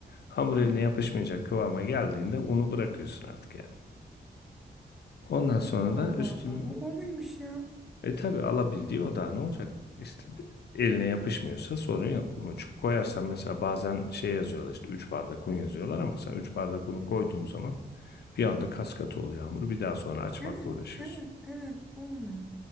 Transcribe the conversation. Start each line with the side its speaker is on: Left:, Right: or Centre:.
Left: Hamur
Centre: Hı.
Left: eline yapışmayacak kıvama geldiğinde unu bırakıyorsun artık yani. Ondan sonra
Centre: Allah
Left: da üstünü
Centre: Allah. O, o muymuş ya?
Left: e tabii alabildiği o da ne olacak? İşte eline yapışmıyorsa sorun yok. Ama çok koyarsan mesela bazen şey yazıyorlar işte 3 bardak un yazıyorlar ama sen 3 bardak unu koyduğun zaman bir anda kas katı oluyor hamur. Bir daha sonra açmakla
Centre: Evet,
Left: uğraşıyorsun.
Centre: evet, evet. Olmuyor.